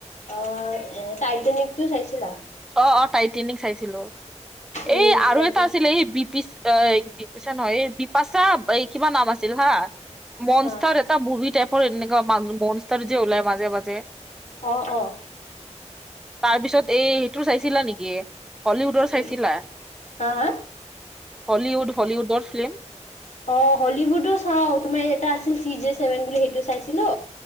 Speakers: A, on the left; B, in the centre.
A: অ এ টাইটানিক টো চাইছিলা?
B: অ অ টাইটেনিক চাইছিলো
A: উম,
B: এই আৰু
A: টাইটেন
B: এটা আছিলে এই বি পি, পিচা নহয় এই বিপাশা এই কিবা নাম আছিল হা মনষ্টাৰ,
A: হা,
B: এটা মুভি টাইপৰ এনেকুৱা ম মনষ্টাৰ যে ওলাই মাজে মাজে,
A: অ', অ',
B: তাৰপিছত এই টো চাইছিলা নেকি হলিউডৰ
A: কি
B: চাইছিলা?
A: হা, হা?
B: হলিউড হলিউডৰ ফিল্ম
A: অ হলিউডো চাও তোমাৰ এটা আছিল চি জে ছেভেন বুলি সেইটো চাইছিলো,